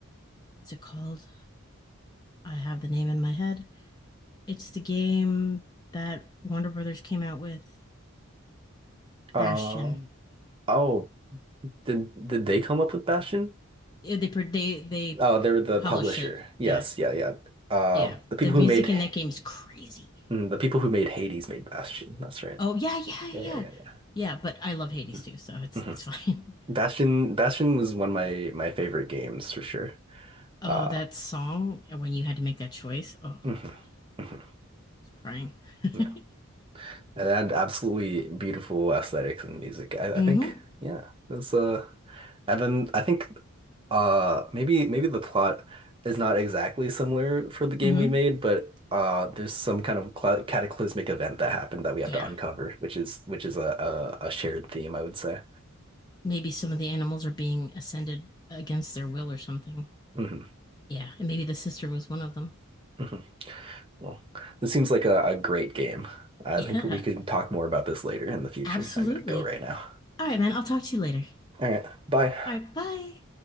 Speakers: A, on the left (about 20°); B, on the right (about 25°).
A: what's it called? I have the name in my head. It's the game that Warner Brothers came out with,
B: Um.
A: Bastion.
B: oh, did did they come up with Bastion?
A: Yeah, They pr- they they
B: Oh, they were the
A: published
B: publisher.
A: it.
B: Yes.
A: Yeah,
B: Yeah. Yeah. Uh,
A: yeah.
B: the people
A: The music
B: who made
A: in that game is crazy.
B: mm, the people who made Hades made Bastion. That's right.
A: Oh yeah, yeah,
B: Yeah.
A: yeah,
B: Yeah. Yeah. Yeah.
A: yeah. But I love Hades
B: Mhm.
A: too, so it's
B: Mhm.
A: it's fine. <laughs>
B: Bastion Bastion was one of my my favorite games for sure.
A: Oh,
B: Uh.
A: that song when you had to make that choice. Oh, God,
B: mhm,
A: I
B: mhm.
A: was crying. <laughs>
B: Yeah. And they had absolutely beautiful aesthetics and music. I,
A: mm-hmm.
B: I think, yeah, that's uh, and then I think, uh, maybe maybe the plot is not exactly similar for the game
A: Mm-hmm.
B: we made, but uh, there's some kind of cla- cataclysmic event that happened that we have
A: Yeah.
B: to uncover, which is which is a a, a shared theme, I would say.
A: maybe some of the animals are being ascended against their will or something.
B: hmm
A: Yeah, and maybe the sister was one of them. <laughs>
B: hmm Well, this seems like a, a great game. I
A: Yeah,
B: think we can talk more about this later in the future.
A: absolutely.
B: I gotta go right now.
A: All right, man, I'll talk to you later.
B: All right, bye.
A: All right, bye.